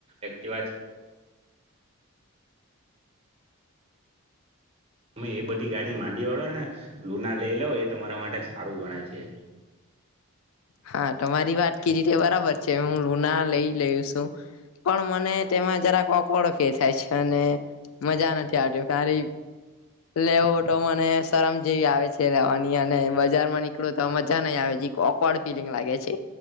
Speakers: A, on the right; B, on the left.
A: એક્ટિવા તમે એ બધી ગાડી માંડી વાળો ને લુના લઈ લાવ એ તમારા માટે સારું ગણાય છે
B: હા તમારી વાત કે થી બરાબર છે હું લુના લઈ લું છું પણ મને તેમાં જરા ઓકવાડ ફીલ થાય છે અને મજા નથી આવતી ખાલી લેવું તો મને શરમ જેવી આવે છે લેવાની અને બજાર માં નીકળો તો મજા નહી આવે છે જીક ઑકવડ ફિલિંગ લાગે છે